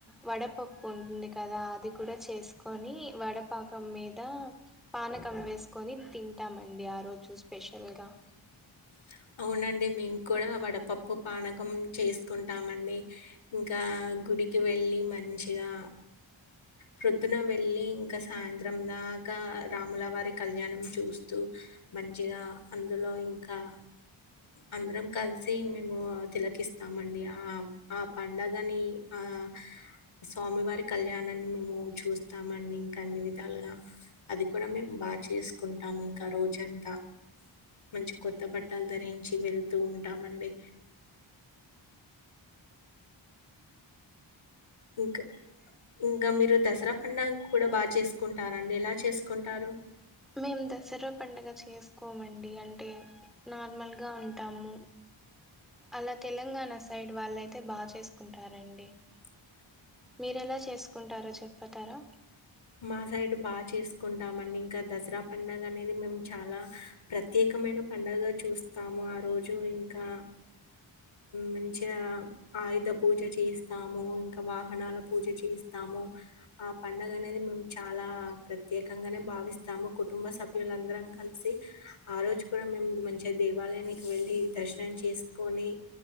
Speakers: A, in the centre; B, on the left.
A: వడపప్పు ఉంటుంది కదా అది కూడా చేసుకొని వడపాకం మీద పానకం వేసుకొని తింటామండి ఆ రోజు స్పెషల్గా
B: <inaudible> అవునండి మేము కూడా వడపప్పు పానకం చేసుకుంటామండి ఇంకా గుడికి వెళ్ళి మంచిగా ప్రొద్దున వెళ్ళి ఇంకా సాయంత్ర దా ఇక రాముల వారి కళ్యాణం చూస్తూ మంచిగా అందులో ఇంకా అందరం కలిసి మేము తిలకిస్తామండి ఆ ఆ పండగని ఆ స్వామివారి కళ్యాణాన్ని మేము చూస్తామండి ఇంకా అన్ని విధాలుగా అది కూడా మేము బాగా చేసుకుంటాము ఇంకా రోజంతా మంచి కొత్త బట్ట బట్టలు ధరించి వెళ్తూ ఉంటామండి ఇంకా ఇంకా మీరు దసరా పండగ కూడా బాగా చేసుకుంటారంండి ఎలా చేసుకుంటారు
A: మేము దసరా పండుగ చేసుకోమండి అంటే నార్మల్గా ఉంటాము అలా తెలంగాణ సైడ్ వాళ్ళుైతే బాగా చేసుకుంటారండి
B: అ
A: మీరెలా చేసుకుంటారో చెప్పతారా
B: మా సైడ్ బాగా చేసుకుంటామ అండి ఇంకా దసరా పడుగ అనేది మేము చాలా ప్రత్యేక మైన పండుగగా చూస్తాము ఆ రోజు ఇంకా మంచిగా ఆయుధ పూజ చేస్తాము ఇంకా వాహనాల పూజ చేస్తా స్తాము ఆ పండగనే మేము చాలా ప్రత్యేకంగానే భావిస్తాము కుటుంబ సభ్యులందరం కలిసి ఆ ఈ రోజు కూడా మేము మంచిగా దేవాలయానికి వెళ్ళి దర్శనం చేసుకొని